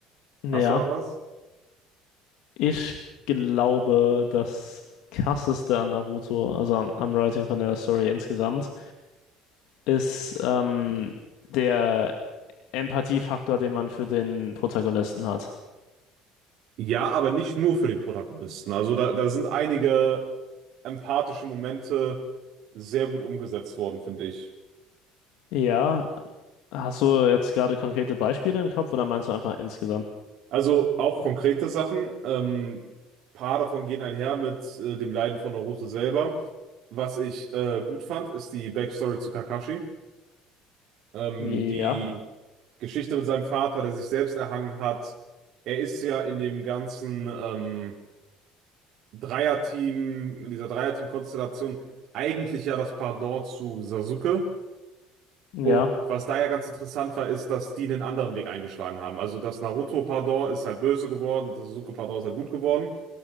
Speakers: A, on the left; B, on the right.
A: ja.
B: Hast du da was?
A: Ich glaube, das krasseste an Naruto, also am, am Writing von der Story insgesamt, ist ähm, der Empathiefaktor, den man für den Protagonisten hat.
B: Ja, aber nicht nur für den Protagonisten. Also da, da sind einige empathische Momente sehr gut umgesetzt worden, finde ich.
A: Ja, hast du jetzt gerade konkrete Beispiele im Kopf oder meinst du einfach insgesamt?
B: Also auch konkrete Sachen. Ähm, paar davon gehen einher mit äh, dem Leiden von Naruto selber. Was ich äh, gut fand, ist die Backstory zu Kakashi. Ähm,
A: Ja,
B: die Geschichte mit seinem Vater, der sich selbst erhangen hat. Er ist ja in dem ganzen ähm, Dreierteam, in dieser Dreierteam-Konstellation eigentlich ja das Pendant zu Sasuke.
A: ja,
B: Und was da ja ganz interessant war, ist, dass die einen anderen Weg eingeschlagen haben. Also das Naruto Pardor ist halt böse geworden, das Sasuke Pardor ist halt gut geworden.